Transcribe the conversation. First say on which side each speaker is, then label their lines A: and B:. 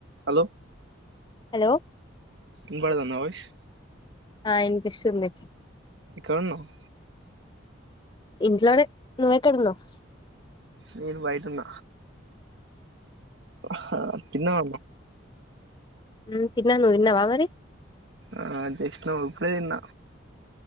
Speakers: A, on the right; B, on the left.
A: Hello
B: hello
A: వినపడుతందా voice
B: ఆ వినిపిస్తుంది
A: ఎక్కడున్నావ్
B: ఇంట్లోనే నువ్వు ఎక్కడున్నావ్
A: నేను బయటున్న హ తిన్నావా
B: ఉ తిన్నానువ్ తిన్నావా మరి
A: ఆ జస్ట్ నౌ ఇప్పుడే తిన్న